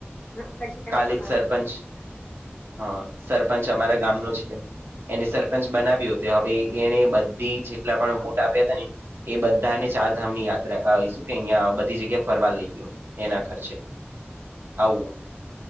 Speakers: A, on the left (about 25°); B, on the right (about 65°).
A: હા પછી તમે
B: કાલે
A: સમાપ્ત
B: જ સરપંચ
A: કરજો હા
B: હા સરપંચ અમારા ગામ નુ છે એમ એને સરપંચ બનાવ્યો હતો હવે એને બધી જેટલા પણ વોટ આપ્યા હતા ને એ બધા ને ચાર ધામ ની યાત્રા શું કે અહિયાં બધી જગ્યા ફરવા લઈ ગયો. - એના ખર્ચે આવું